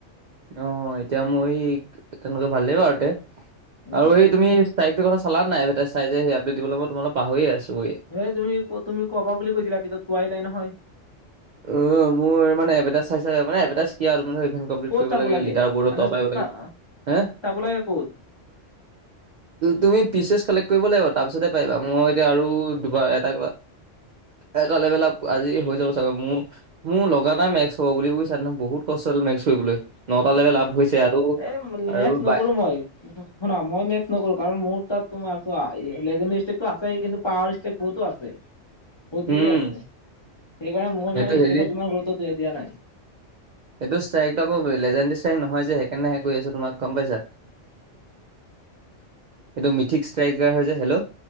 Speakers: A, on the right; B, on the left.
A: অ এতিয়া মই তেনেকে ভালেই বাৰুতে
B: উম
A: আৰু সেই তুমি তাৰিখটো কথা চলা নাই? চাই যে সেই আপডেট দিব মই তোমাক পাহৰি আছো <unintelligible>
B: এ তুমি ক তুমি ক'বা বুলি কৈছিলা। পিছত কোৱাই নাই নহয়।
A: অ মোৰ মানে এভেটাইজ চাই চাই মানে এভাৰটাইজ কি আৰু <unintelligible>
B: ক'ত চাব
A: লাগে লিডাৰব বোৰৰ
B: মানে
A: টপ <unintelligible>
B: চা
A: হে
B: চাব লাগে ক'ত
A: তুমি পিচেছ কালেক্ট কৰিব লাগিব তাৰপিছতে পাৰিবা। মই এতিয়া আৰু দুবাৰ এটা এটা লেভেলা আজি হৈ যাব চা গৈ। মোৰ মোৰ লগা নাই মেক্স হ'ব বুলি কৈছে। <unintelligible> বহুত কষ্ট আছিল মেক্স কৰিবলৈ। নটা লেভেল
B: অ
A: আপ হৈছে আৰু
B: এই
A: আৰু
B: মেক্স নকৰো
A: বাই
B: মই। শুনা মই মেক্স নকৰো কাৰণ মোৰ তাত তোমাৰ চাৱা লেজেণ্ডাৰি ষ্টেকটো আছে কিন্তু পাৱাৰ ষ্টেক বহুতো আছে।
A: <inaudible>
B: বহুত কেইটাই
A: উম
B: আছে। সেইকাৰণে মই
A: সেইটো
B: মানে
A: হেৰি
B: ষ্টেক তোমাৰ গুৰুত্ব দিয়া নাই।
A: এইটো ষ্টাইকটো আকৌ পৰিলে। লেজেণ্ড ষ্টাইক নহয় যে সেইকাৰণেহে কৈ আছো তোমাৰ গম পাইছা। সেইটো মিথিক ষ্ট্ৰাই হৈছে। হেল্ল!